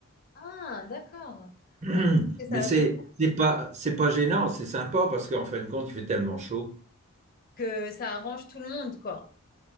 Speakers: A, on the left; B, on the right.
A: ah, d'accord.
B: <clears throat>
A: Oui, que ça
B: Mais c'est,
A: avait...
B: c'est pas, c'est pas gênant, c'est sympa parce qu'en fin de compte, il fait tellement chaud.
A: que ça arrange tout le monde, quoi.